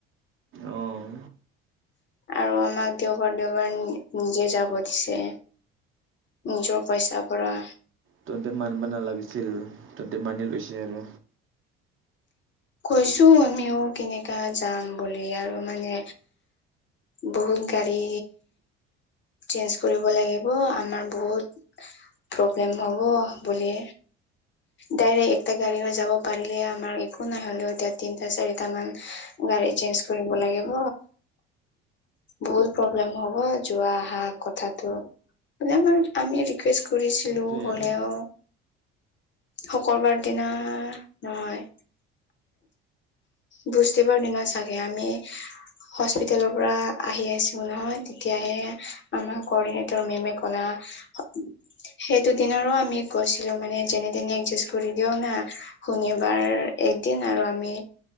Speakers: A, on the right; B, on the left.
A: অ',
B: আৰু আমাক দেওবাৰ দেওবাৰ নিজে যাব দিছে নিজৰ পইচা পৰা
A: তহন্ততে মানিব নালাগিছিল তন্ততে মানি লৈছে আৰু
B: কৈছো আমিও কেনেকা যাম বুলি আৰু মানে বহুত গাড়ী চেঞ্জ কৰিব লাগিব আমাৰ বহুত প্ৰব্লেম হ'ব বুলি ডাইৰেক্ট এটা গাড়ী যাব পাৰিলে আমাৰ একো নাই হলেও এতিয়া তিনটা চাৰিটা মান গাড়ী চেঞ্জ কৰিব লাগিব বহুত প্ৰব্লেম হব যোৱা আহা কথাটো বোলে আমাৰ আমিয়ে ৰিকুৱেষ্ট কৰিছিলো
A: সেইটোৱে
B: হলেও
A: আৰু।
B: শুক্ৰবাৰ দিনা নহয় ভুজ দিব দিনা চাগে আমি হস্পিতালৰ পৰা আহি আছিল নহয় তেতিয়াহে আমাৰ কৰ্ডিনেটৰ মেমে কলে উ সেইটো দিনৰো আমি গৈছিলো মানে যেনে তেনে এডজাষ্ট কৰি দিয়ও না শনিবাৰ এদিন আৰু আমি